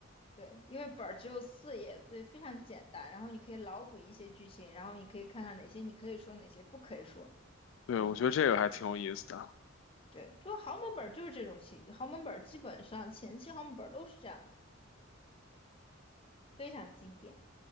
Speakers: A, on the left; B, on the left.
A: 对，因为本儿只有四页，所以非常简单。然后你可以脑补一些剧情，然后你可以看看哪些你可以说，哪些不可以说。
B: 对，
A: 嗯，
B: 我觉得这个还挺有意思的啊。
A: 对，就豪门本儿就是这种情，豪门本儿基本上前期豪门本儿都是这样的，非常经典。